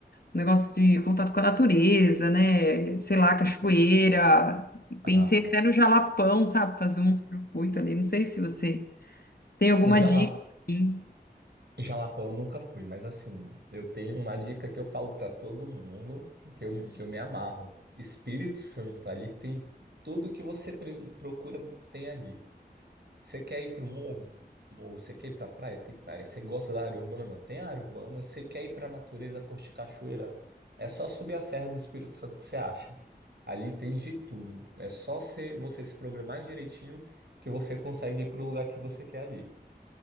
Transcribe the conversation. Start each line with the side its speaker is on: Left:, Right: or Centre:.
Left: um negócio de contato com a natureza, né? Sei lá, cachoeira.
Right: ah,
Left: Pensei até no Jalapão, sabe? Fazer um circuito ali. Não sei se você tem alguma
Right: um jala,
Left: dica aqui.
Right: jalapão eu nunca fui, mas assim, eu tenho uma dica que eu falo pra todo mundo, que eu, que eu me amarro. Espírito Santo, ali tem tudo que você pre- procura, tem ali. Você quer ir pro morro? Morro. Você quer ir pra praia? Tem praia. Você gosta da área urbana? Tem área urbana. Você quer ir pra natureza, curtir cachoeira? É só subir a Serra do Espírito Santo que você acha. Ali tem de tudo. É só se- você se programar direitinho que você consegue ir pro lugar que você quer ali.